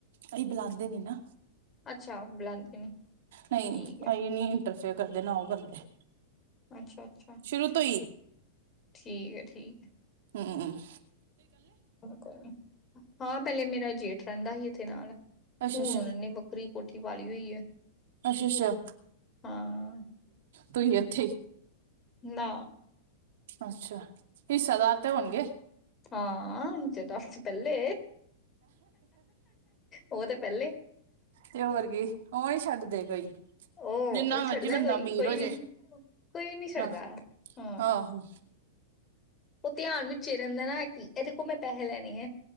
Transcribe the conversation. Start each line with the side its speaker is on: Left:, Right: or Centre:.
Right: ਅਸੀ ਬੁਲਾਾਂਦੇ ਨੀ ਨਾ
Left: ਅੱਛਾ ਬੁਲਾਉਂਦੇ ਨੇ
Right: ਨਹੀਂ
Left: ਠੀਕ
Right: ਅਹੀ
Left: ਹੈ
Right: ਨੀ ਇੰਟਰਫੇਅਰ ਕਰਦੇ ਨਾ ਉਹ ਕਰਦੇ
Left: ਅੱਛਾ ਅੱਛਾ
Right: ਸ਼ੁਰੂ ਤੋਂ ਹੀ
Left: ਠੀਕ ਹੈ ਠੀਕ ਹੈ
Right: ਹਮਮ
Left: ਚਲੋ ਕੋਈ ਨੀ ਹਾਂ ਪਹਿਲੇ ਮੇਰਾ ਜੇਠ ਰਹਿੰਦਾ ਸੀ। ਇਥੇ ਨਾਲ ਹੁਣ
Right: ਅੱਛਾ ਅੱਛਾ
Left: ਉਹਨਾਂ ਨੇ ਵੱਖਰੀ ਕੋਠੀ ਪਾਲੀ ਹੋਈ ਹੈ।
Right: ਅੱਛਾ ਅੱਛਾ
Left: ਹਾਂ
Right: ਤੂੰ ਇੱਥੇ
Left: ਨਾ
Right: ਅੱਛਾ ਹਿੱਸੇਦਾਰ ਤੇ ਹੋਣਗੇ
Left: ਹਾਂ ਹਿੱਸੇਦਾਰ ਪਹਿਲੇ ਉਹ ਤੇ ਪਹਿਲੇ
Right: ਤੇ ਹੋਰ ਕੀ ਉਹ ਨੀ ਛੱਡਦੇ ਕੋਈ
Left: ਉਹ
Right: ਜਿੰਨਾ
Left: ਉਹ
Right: ਮਰਜੀ
Left: ਛੱਡਦਾ
Right: ਬੰਦਾ
Left: ਕੋਈ
Right: ਅਮੀਰ
Left: ਕੋਈ
Right: ਹੋ
Left: ਵੀ
Right: ਜੇ
Left: ਕੋਈ ਵੀ ਨੀ ਛੱਡਦਾ
Right: ਆਹ
Left: ਹਾਂ
Right: ਆਹੋ
Left: ਉਹ ਧਿਆਨ ਵਿਚ ਰੇਹਣ ਦਾ ਨਾ ਕਿ ਇਹਦੇ ਕੋਲ ਮੈਂ ਪੈਸੇ ਲੈਣੇ ਹੈ।